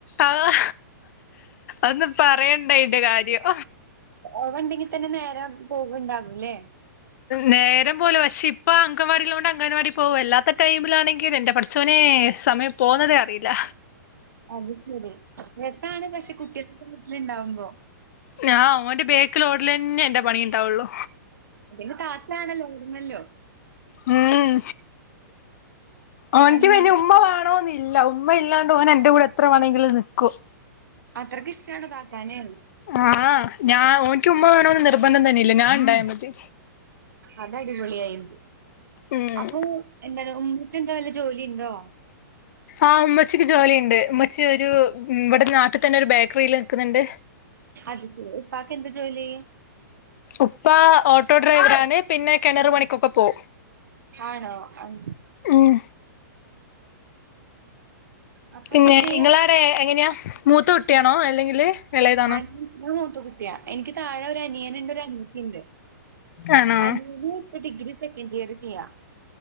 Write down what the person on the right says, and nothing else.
അവണ്ടെങ്കി തന്നെ നേരേ പോവ്ണ്ടാവല്ലേ?
അത് ശരി രസാണ് പക്ഷെ കുട്ടിയളക്കെ വീട്ടില്ണ്ടാവുമ്പോ
അത് പിന്നെ താത്താണല്ലോ ഓടണല്ലോ
അങ്ങനെ
അത്രയ്ക്കിഷ്ട്ടാണോ താത്താനെ?
അതടിപൊളിയായിണ്ട്
അപ്പൊ എന്താണ് ഉമ്മക്കെന്താ വല്ല ജോലിയ്ണ്ടോ?
അത് ശെരി ഉപ്പാക്കെന്താ ജോലി?
ആണോ അഹ്
അപ്പൊ
ഇനിയിപ്പ ഈ
ആടീ ഞാ മൂത്ത കുട്ടിയ എനിക്ക് താഴൊരു അനിയനുണ്ട് ഒരു അനിയത്തിയുണ്ട്.
അനിയന് ഇപ്പ ഡിഗ്രി സെക്കൻഡിയറ് ചെയ്യാ.